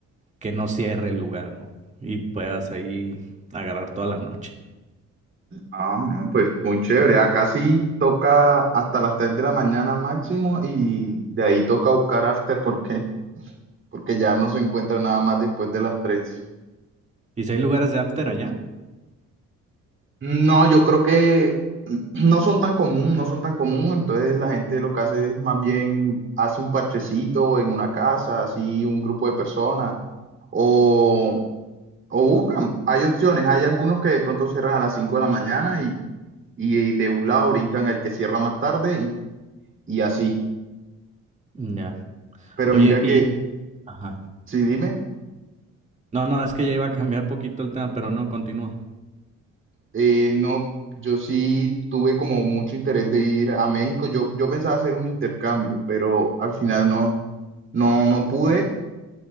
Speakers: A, on the right; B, on the right.
A: que no cierre el lugar o- y puedas ahí agarrar toda la noche.
B: Ah, no, pues muy chévere. Acá sí toca hasta las 3 de la mañana máximo y de ahí toca buscar after porque porque ya no se encuentra nada más después de las 3.
A: ¿Y si hay lugares de after allá?
B: No, yo creo que <clears throat> no son tan común, no son tan común, entonces la gente lo que hace es más bien hace un parchecito en una casa, así un grupo de personas, o, o buscan, hay opciones, hay algunos que de pronto cierran a las 5 de la mañana y, y de un lado brincan el que cierra más tarde y, y así,
A: Ya.
B: pero
A: Oye,
B: mira
A: y...
B: que,
A: Ajá.
B: sí, dime.
A: No, no, es que ya iba a cambiar poquito el tema, pero no, continúa.
B: Eh, no, yo sí tuve como mucho interés de ir a México. Yo, yo pensaba hacer un intercambio, pero al final no, no, no pude